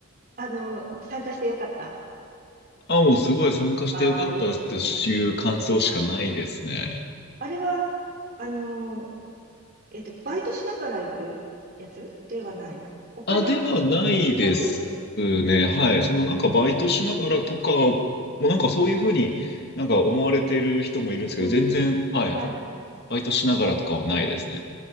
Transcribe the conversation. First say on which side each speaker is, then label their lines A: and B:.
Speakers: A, on the right (about 45°); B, on the left (about 50°).
A: あの、参加してよかった。
B: あ、もうすごい参加してよかったっていう感想しかないですね。
A: ああ、いいですね。はい。あれは、あの、えっと、バイトしながら行くやつではない。お金は
B: あ、ではないですね。
A: なく、
B: はい。そのなんかバイトしながらとか、もうなんかそういうふうになんか思われてる人もいるんですけど、
A: うん
B: 全然、はい。は
A: はい。
B: バイトしながらとかはないですね。